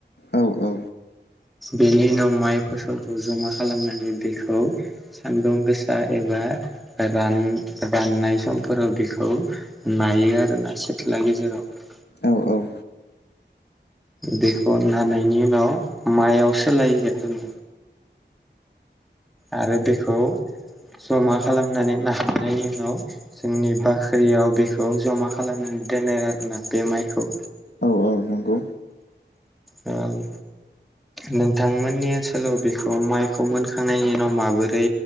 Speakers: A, on the left; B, in the centre.
A: औ औ
B: बेनि उनाव माइ फसलखौ जमा खालामनानै बेखौ सान्दुं गोसा एबा रान राननाय समफोराव बेखौ नायो आरो ना सिथ्ला गेजेराव
A: औ औ
B: बेखौ नि उनाव माइआव सोलायो आरो आरो बेखौ जमा खालामनानै नाखांनायनि उनाव जोंनि बाख्रियाव बेखौ जमा खालामनानै दोनो आरोना बे माइखौ
A: औ औ नांगौ
B: औ नोंथांमोननि ओनसोलाव बेखौ माइखौ मोनखांनायनि उनाव माबोरै